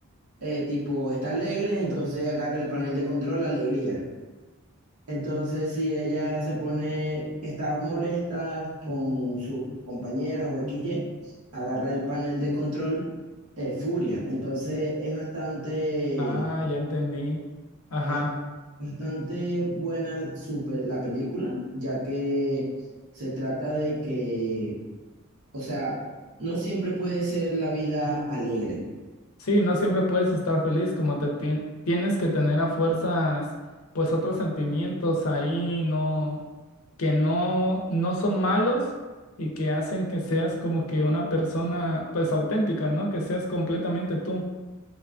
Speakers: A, on the right (about 80°); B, on the left (about 75°).
A: eh, tipo, está alegre, entonces agarra el panel de control, alegría. Entonces, si ella se pone, está molesta con sus compañeras o X y agarra el panel de control, eh, furia. Entonces, es bastante,
B: Ah, ya entendí. Ajá.
A: bas- bastante buena su pe- la película, ya que se trata de que, o sea, no siempre puede ser la vida alegre.
B: Sí, no siempre puedes estar feliz, como te tien- tienes que tener a fuerzas, pues otros sentimientos ahí, no, que no, no son malos y que hacen que seas como que una persona, pues auténtica, ¿no? Que seas completamente tú.